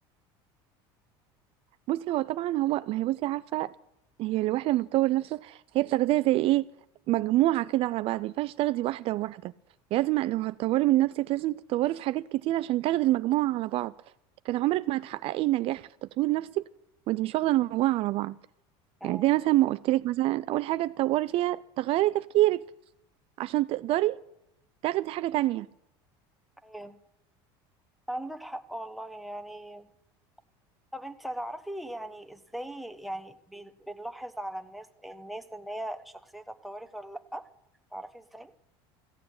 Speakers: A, on the right; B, in the centre.
A: بصي هو طبعا هو ما هي بصي عارفه هي الواحده لما بتطور نفسه هي بتاخديها زي ايه مجموعه كده على بعض ما ينفعش تاخدي واحده وواحده لازم لو هتطوري من نفسك لازم تتطوري في حاجات كتير عشان تاخدي المجموعه على بعض كان عمرك ما هتحققي نجاح في تطوير نفسك وانت مش واخده المجموعه على بعض
B: مم.
A: يعني دي مثلا ما قلت لك مثلا اول حاجه تطوري فيها تغيري تفكيرك عشان تقدري تاخدي حاجه تانية
B: أيوه عندك حق والله يعني طب انت هتعرفي يعني ازاي يعني بي- بنلاحظ على الناس الناس إن هي شخصيتها اتطورت ولا لأ تعرفي ازاي؟